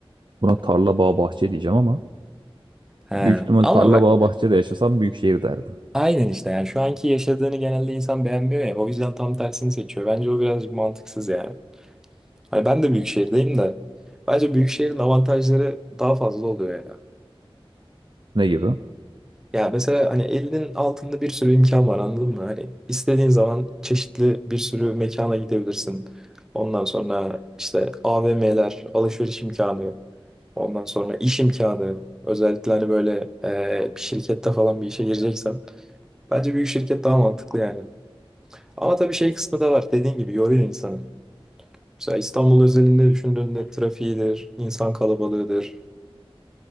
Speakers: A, on the right; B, in the centre.
A: buna tarla bağ bahçe diyeceğim ama
B: He.
A: büyük ihtimal
B: Ama
A: tarla
B: bak
A: bağ bahçede yaşasam büyük şehir derdim.
B: aynen işte yani şu anki yaşadığını genelde insan beğenmiyor ya o yüzden tam tersini seçiyor. Bence o birazcık mantıksız yani. Hani ben de büyük şehirdeyim de bence büyük şehrin avantajları daha fazla oluyor ya.
A: Ne gibi?
B: Ya mesela hani elinin altında bir sürü imkan var anladın mı? Hani istediğin zaman çeşitli bir sürü mekana gidebilirsin. Ondan sonra işte AVM'ler, alışveriş imkanı, ondan sonra iş imkanı. Özellikle hani böyle e, bir şirkette falan bir işe gireceksen. Bence büyük şirket daha mantıklı yani. Ama tabii şey kısmı da var. Dediğin gibi yoruyor insanı. Mesela İstanbul özelinde düşündüğünde trafiğidir, insan kalabalığıdır,